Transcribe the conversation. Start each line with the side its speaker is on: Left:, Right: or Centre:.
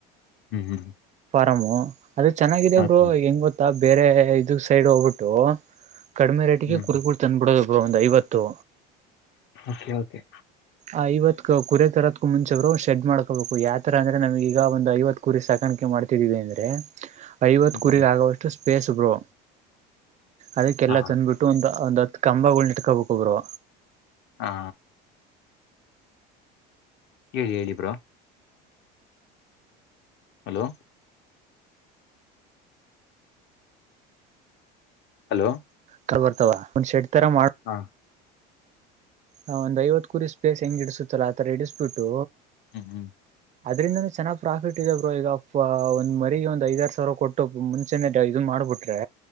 Left: ಹ್ಮ್ ಹ್ಮ್ <inaudible>
Right: ಾರಾಮು <unintelligible> ಅದು ಚೆನ್ನಾಗಾಗಿದೆ
Left: ಹಾ,
Right: ಬ್ರೋ
Left: ಹಾ.
Right: ಹೆಂಗ್ ಗೊತ್ತಾ ಬೇರೆ ಇದ ಸೈಡ್ ಹೋಗ್ಬಿಟ್ಟು. ಕಡಿಮೆ ರೇಟಿಗೆ
Left: ಹ್ಮ್
Right: ಕುರಿಗಳು ತಂದ್ಬಿಡೋದು ಬ್ರೋ ಒಂದು ಐವತ್ತು.
Left: Okay okay.
Right: ಆ ಐವತ್ ಕುರಿ ತರೋದ್ಕೂ ಮುಂಚೆ ಬ್ರೋ ಶೆಡ್ ಮಾಡ್ಕೋಬೇಕು ಯಾವ ತರ ಅಂದ್ರೆ ನಮಗ ಈಗ ಒಂದು ಐವತ್ತು ಕುರಿ ಸಾಕಾಣಿಕೆ ಮಾಡಿ ತ್ತೀವಿ ಅಂದ್ರೆ... ಐವತ್ತು
Left: ಹ್ಮ್
Right: ಕುರಿಗ್
Left: ಹ್ಮ್.
Right: ಆಗೋವಷ್ಟು ಸ್ಪೇಸ್ ಬ್ರೋ ಅದಕ್ಕೆಲ್ಲ
Left: ಹಾ
Right: ತಂದ್ಬಿಟ್ಟು ಒಂದು ಒಂದು ಹತ್ತ್... ತ್ತು ಕಂಬಗಳನ್ನು ಇಟ್ಕೋಬೇಕು ಬ್ರೋ
Left: ಹಾ.... ಹೇಳಿ ಹೇಳಿ ಬ್ರೋ... ಹಲೋ... ಹಲೋ...
Right: ಕರ್ ಬರ್ತಾವ ಒಂದ್ ಶೆಡ್ ತರ ಮಾಡ್...
Left: ಹಾ
Right: ಹ ಒಂದ್ ಐವತ್ ಕುರಿ ಸ್ಪೇಸ್ ಹೆಂಗ ಇಡಸುತ್ತಲ್ಲ ಆತರ ಇಡಿಸ್ಬಿಟ್ಟು...
Left: ಹ್ಮ್ ಹ್ಮ್....
Right: ಅದ್ದರಿಂದನೂ ಚೆನ್ನಾಗ್ ಪ್ರಾಫಿಟ್ ಇದೆ ಬ್ರೋ ಈಗ ಒಂದ್ ಮರಿಗೆ ಒಂದ್ ಐದಾರ್ ಸಾವಿರ ಕೊಟ್ಟು ಮುಂಚೇನೆ ಡೆ ಇದ್ನ... ಮಾಡಬುಟ್ರೆ...